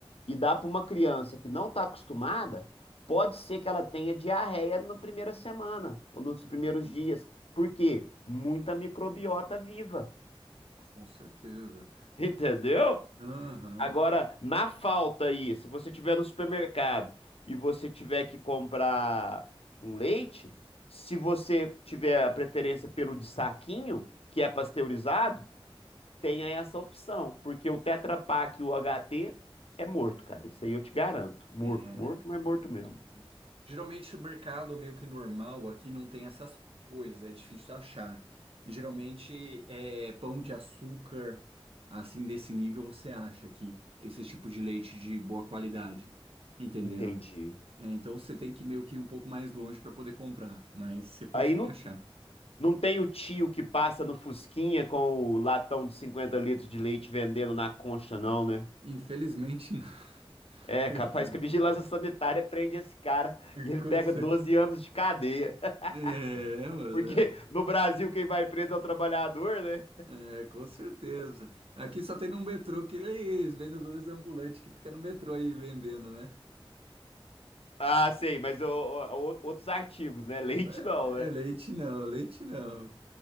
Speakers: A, on the left; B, on the right.
A: e dá para uma criança que não está acostumada, pode ser que ela tenha diarreia na primeira semana ou nos
B: Hum,
A: primeiros
B: hum.
A: dias. Por quê? Muita microbiota viva.
B: com certeza.
A: <laughs> Entendeu?
B: Aham,
A: Agora, na falta aí, se você tiver no supermercado e você tiver que comprar um leite, se você tiver a preferência pelo de saquinho, que é pasteurizado, tenha essa opção, porque o Tetra Pak e o HT é morto, cara. Isso aí eu te garanto. Morto,
B: é,
A: morto,
B: né?
A: mas morto mesmo.
B: Uhum. Geralmente o mercado meio que normal aqui não tem essas coisas, é difícil achar. Geralmente é pão de açúcar, assim desse nível você acha aqui, esse tipo de leite de boa qualidade, entendeu?
A: Entendi.
B: É, então você tem que meio que ir um pouco mais longe para poder comprar, mas você consegue
A: Aí não,
B: achar.
A: não tem o tio que passa no Fusquinha com o latão de 50 litros de leite vendendo na concha, não, né?
B: Infelizmente não.
A: É
B: <laughs>
A: capaz que a vigilância sanitária prende esse cara
B: Com
A: e ele pega
B: certeza.
A: 12 anos de cadeia.
B: É,
A: <laughs>
B: mano,
A: Porque no Brasil quem vai preso é o trabalhador, né?
B: É, com certeza. Aqui só tem no metrô aqueles vendedores ambulantes que fica no metrô aí vendendo, né?
A: Ah, sei, mas o- o- o- outros artigos, né? Leite
B: É,
A: não, né?
B: é leite não, leite não.